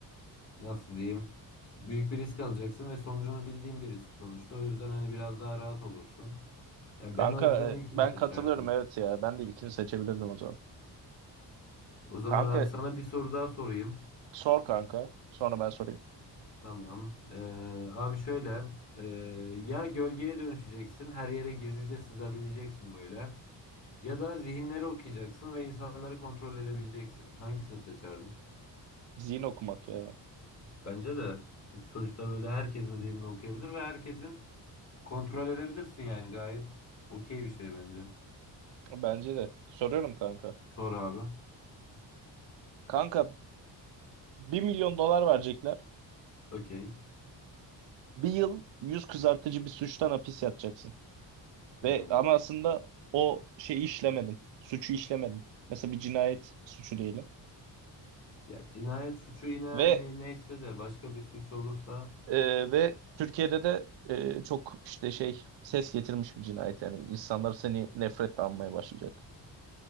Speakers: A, on the left; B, on the right.
A: nasıl diyeyim Büyük bir risk alacaksın ve sonucunu bildiğin bir risk sonuçta. O yüzden hani biraz daha rahat olursun. Ya
B: Kanka
A: ben o yüzden ilkini
B: e, ben
A: seçerdim.
B: katılıyorum evet ya. Ben de ilkini seçebilirdim o zaman.
A: O zaman
B: Kanka
A: abi sana bir soru daha sorayım.
B: sor kanka. Sonra ben sorayım.
A: Tamam. Ee, abi şöyle. ee, ya gölgeye dönüşeceksin. Her yere gizlice sızabileceksin böyle. Ya da zihinleri okuyacaksın ve insanları kontrol edebileceksin. Hangisini seçerdin?
B: Zihin okumak ya.
A: Bence de sonuçta böyle herkesin zihnini okuyabilir ve herkesin kontrol edebilirsin yani gayet okey bir şey bence.
B: Bence de. Soruyorum kanka.
A: Sor abi.
B: Kanka bir milyon dolar verecekler.
A: Okey.
B: bir yıl yüz kızartıcı bir suçtan hapis yatacaksın.
A: Hmm.
B: Ve ama aslında o şeyi işlemedin. Suçu işlemedin. Mesela bir cinayet suçu diyelim.
A: Ya cinayet suçu yine hani
B: Ve
A: neyse de başka bir suç olursa.
B: e, ve Türkiye'de de e, çok işte şey ses getirmiş bir cinayet yani insanlar seni nefretle anmaya başlayacak.